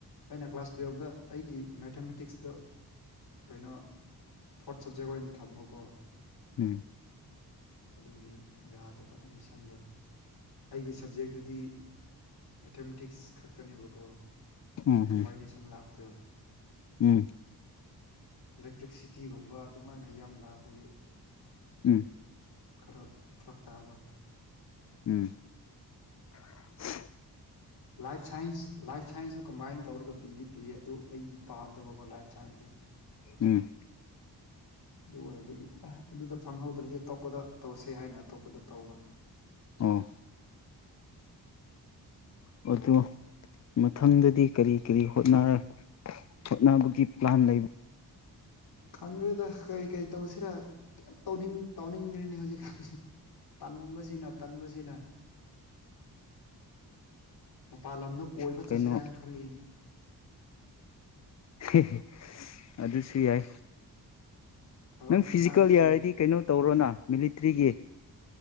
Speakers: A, on the left; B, on the left.
A: ꯑꯩꯅ ꯀ꯭ꯂꯥꯁ ꯇꯨꯌꯦꯜꯞꯇ ꯑꯩꯒꯤ ꯃꯦꯊꯃꯦꯇꯤꯛꯁꯇ ꯀꯩꯅꯣ ꯐꯣꯔꯠ ꯁꯕꯖꯦꯛ ꯑꯣꯏꯅ ꯊꯃꯀꯣ
B: ꯎꯝ
A: ꯑꯗꯨꯒꯤ ꯌꯥꯗꯕ ꯑꯦꯠꯃꯤꯁꯟꯗꯣ ꯑꯩꯒꯤ ꯁꯕꯖꯦꯛꯇꯨꯗꯤ ꯃꯦꯊꯃꯦꯇꯤꯛꯁ ꯈꯛꯇꯅꯦꯕꯀꯣ
B: ꯎꯝ
A: ꯀꯝꯕꯥꯏꯅꯦꯁꯟ
B: ꯎꯝ
A: ꯂꯥꯛꯄꯗꯣ
B: ꯎꯝ
A: ꯏꯂꯦꯛꯇ꯭ꯔꯤꯛꯁꯤꯇꯤꯒꯨꯝꯕ ꯑꯗꯨꯃꯥꯏꯅ ꯌꯥꯝ ꯂꯥꯛꯄꯒꯤ
B: ꯎꯝ
A: ꯈꯔ ꯐꯔꯛ ꯇꯥꯕ
B: ꯎꯝ <inaudible>
A: ꯂꯥꯏꯐ ꯁꯥꯏꯟꯁ ꯂꯥꯏꯐ ꯁꯥꯏꯟꯁꯁꯨ ꯀꯝꯕꯥꯏꯟ ꯇꯧꯔꯒ ꯄꯤꯗꯤ ꯄꯤ ꯑꯗꯨ ꯑꯩꯗꯤ ꯄꯥꯝꯗꯕꯀꯣ ꯂꯥꯏꯐ ꯁꯥꯏꯟꯁꯇꯤ
B: ꯎꯝ
A: ꯑꯗꯨ ꯑꯣꯏꯕꯒꯤ ꯑ ꯑꯗꯨꯗ ꯐꯪꯍꯧꯗ꯭ꯔꯗꯤ ꯑꯇꯣꯞꯄꯗ ꯇꯧꯁꯦ ꯍꯥꯏꯅ ꯑꯇꯣꯞꯄꯗ ꯇꯧꯕ
B: ꯑꯥ ꯑꯣ ꯑꯗꯨ ꯃꯊꯪꯗꯗꯤ ꯀꯔꯤ ꯀꯔꯤ ꯍꯣꯠꯅꯕꯒꯤ ꯄ꯭ꯂꯥꯟ ꯂꯩꯕ
A: ꯈꯪꯗ꯭ꯔꯦꯗ ꯀꯔꯤ ꯀꯔꯤ ꯇꯧꯁꯤꯔꯥ ꯀꯩꯝ ꯇꯧꯅꯤꯡ ꯇꯧꯅꯤꯡꯗ꯭ꯔꯤꯅꯤ ꯍꯧꯖꯤꯛꯀꯥꯟꯁꯦ ꯇꯟꯕꯁꯤꯅ ꯇꯟꯕꯁꯤꯅ
B: <inaudible>
A: ꯃꯄꯥꯜ ꯂꯝꯗ ꯀꯣꯏꯕ
B: ꯀꯩꯅꯣ
A: ꯆꯠꯁꯤꯔꯥ ꯍꯥꯏꯅ ꯈꯜꯂꯤꯅꯦ
B: ꯍꯦꯍꯦ ꯑꯗꯨꯁꯨ ꯌꯥꯏ
A: ꯊꯕꯛ
B: ꯅꯪ ꯐꯤꯖꯤꯀꯦꯜ
A: ꯏꯪꯈꯥꯡꯁꯨ
B: ꯌꯥꯔꯗꯤ ꯀꯩꯅꯣ ꯇꯧꯔꯣꯅ ꯃꯤꯂꯤꯇ꯭ꯔꯤꯒꯤ